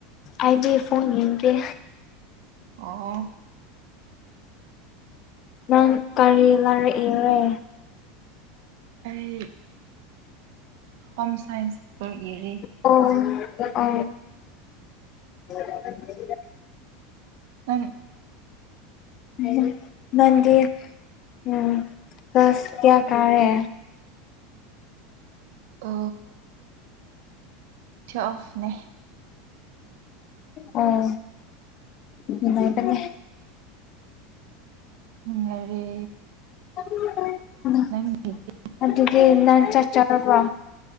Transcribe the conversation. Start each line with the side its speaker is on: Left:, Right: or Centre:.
Left: ꯑꯩꯗꯤ ꯐꯣꯟꯣꯟ ꯌꯦꯦ
Right: ꯑꯣ
Left: ꯅꯪ ꯀꯔꯤ ꯂꯔꯛꯏꯔꯦ
Right: ꯑꯩ ꯍꯣꯝ ꯁꯥꯏꯟꯁꯀ ꯌꯦꯔꯤ
Left: ꯑꯣ ꯑ <unintelligible>
Right: <unintelligible>
Left: ꯎꯝ ꯅꯪꯒꯤ ꯎꯝ ꯁ ꯀꯌꯥ ꯀꯥꯔꯦ
Right: ꯑ ꯊ ꯑꯣꯐꯅꯦ
Left: ꯑꯣ ꯑꯗꯨꯇꯅꯦ
Right: ꯅꯨꯡꯉꯥꯏꯔꯤ
Left: <inaudible>
Right: ꯅꯪ <unintelligible>
Left: ꯑꯗꯨꯒꯤ ꯅꯪ ꯆꯠ ꯆꯔꯕ꯭ꯔꯣ